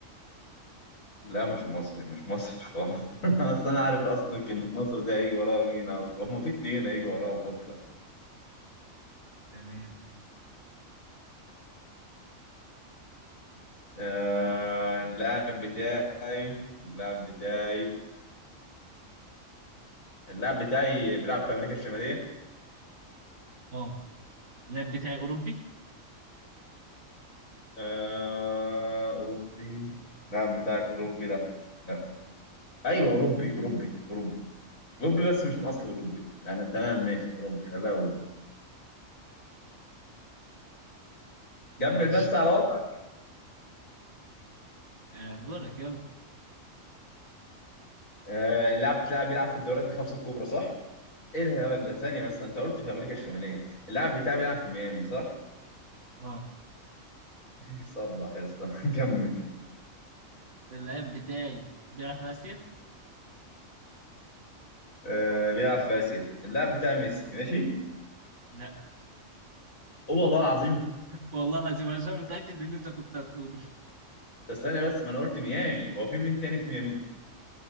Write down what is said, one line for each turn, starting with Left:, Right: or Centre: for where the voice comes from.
Left: لا مش مصري مش مصري خالص <laughs> اصل انا عارف اصلا كلمة مصر ده هيجي وراها مين على طول هما في اتنين هيجي وراهم اصلا
Right: تمام
Left: آه
Right: لا
Left: اللاعب بتاعي اللاعب بتاعي اللاعب بتاعي بيلعب في امريكا الشمالية
Right: اه اللاعب بتاعي أوروبي
Left: آه اوروبي اللاعب بتاعك اوروبي لا لا ايوه اوروبي اوروبي اوروبي اوروبي بس مش من اصل اوروبي يعني تمام ماشي اوروبي خليها اوروبي
Right: ماشي
Left: كمل بس على وضعك
Right: آه، دورك يلا
Left: آه اللاعب بتاعي بيلعب في الدوريات الخمسة الكبرى صح؟ ايه الهبل ده ثانية بس انت قلت في امريكا الشمالية اللاعب بتاعي بيلعب في ميامي صح؟
Right: اه
Left: <laughs> صبح يا اسطى <laughs> كمل
Right: اللعيب بتاعي بيلعب في آسيا؟
Left: آه بيلعب في اسيا اللاعب بتاعي ميسي ماشي؟
Right: لا
Left: قول والله العظيم
Right: والله العظيم عشان متأكد إن أنت كنت هتقوله
Left: بس ثانية بس ما انا قلت ميامي هو في مين تاني في ميامي؟